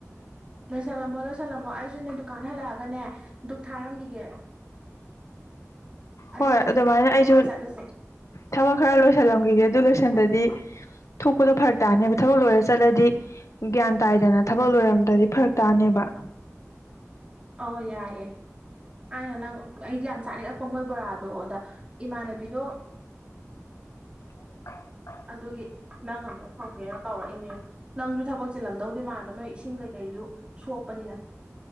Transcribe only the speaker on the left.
ꯍꯣꯏ ꯑꯗꯨꯃꯥꯏꯅ
ꯑꯩꯁꯨ
ꯊꯕꯛ ꯈꯔ ꯂꯣꯏꯁꯜꯂꯝꯈꯤꯒꯦ ꯑꯗꯨ ꯂꯣꯏꯁꯟꯗꯗꯤ ꯊꯣꯛꯄꯗꯣ ꯐꯔꯛ ꯇꯥꯅꯦꯕ ꯊꯕꯛ ꯂꯣꯏꯔ ꯆꯠꯂꯗꯤ ꯒ꯭ꯌꯥꯟ ꯇꯥꯏꯗꯅ ꯊꯕꯛ ꯂꯣꯏꯔꯝꯗꯗꯤ ꯐꯔꯛ ꯇꯥꯅꯦꯕ
<inaudible>